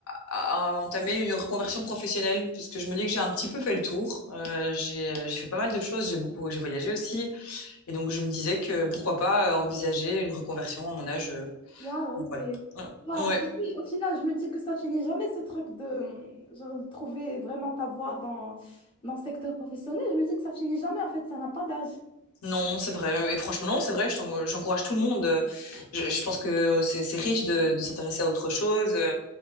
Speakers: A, on the left (about 80°); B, on the left (about 25°).
A: à- à entamer une reconversion professionnelle parce que je me dis que j'ai un petit peu fait le tour. Euh, j'ai euh, j'ai fait pas mal de choses, j'ai beaucoup, j'ai voyagé aussi, et donc je me disais que pourquoi pas euh, envisager une reconversion à mon âge. euh,
B: Waouh,
A: donc
B: ok.
A: voilà. Ouais.
B: Waouh,
A: Ouais.
B: tu sais, au final, je me dis que ça finit jamais ce truc de euh, genre, de trouver vraiment ta voie dans, dans le secteur professionnel. Je me dis que ça finit jamais, en fait, ça n'a pas d'âge.
A: Non, c'est vrai. Et franchement, non, c'est vrai. je t'en- J'encourage tout le monde. Je, je pense que c'est c'est riche de, de s'intéresser à autre chose. euh,